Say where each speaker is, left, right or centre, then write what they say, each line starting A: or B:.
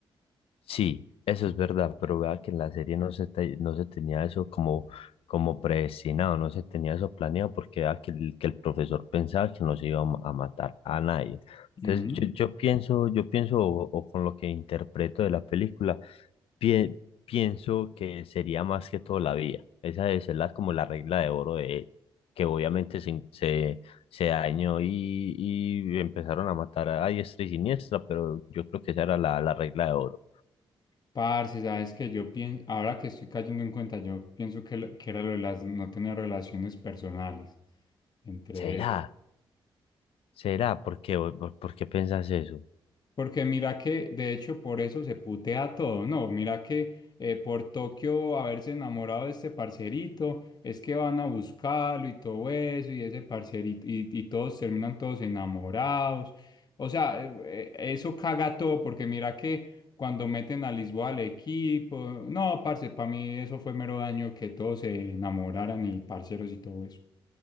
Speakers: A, on the left; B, on the left.
A: Sí, eso es verdad, pero vea que en la serie no se, te- no se tenía eso como, como predestinado, no se tenía eso planeado porque vea que el, que el profesor pensaba que no se iba a ma- a matar a nadie.
B: Ujú.
A: Entonces yo, yo pienso, yo pienso o, o con lo que interpreto de la película, pie- pienso que sería más que todo la vida. Esa debe ser la, como la regla de oro de él, que obviamente se, se, se dañó y, y empezaron a matar a diestra y siniestra, pero yo creo que esa era la la regla de oro.
B: Parce, sabes que yo pienso, ahora que estoy cayendo en cuenta, yo pienso que, lo- que era lo de las, no tener relaciones personales entre
A: ¿Será?
B: ellos.
A: ¿Será? ¿Por qué? ¿Por, por- por qué piensas eso?
B: Porque mira que, de hecho, por eso se putea todo, ¿no? Mira que eh, por Tokio haberse enamorado de este parcerito, es que van a buscarlo y todo eso, y ese parcerito, y, y todos terminan todos enamorados. O sea, eh, eh, eso caga todo, porque mira que cuando meten a Lisboa al equipo, no, parce, para mí eso fue mero daño que todos se enamoraran y parceros y todo eso.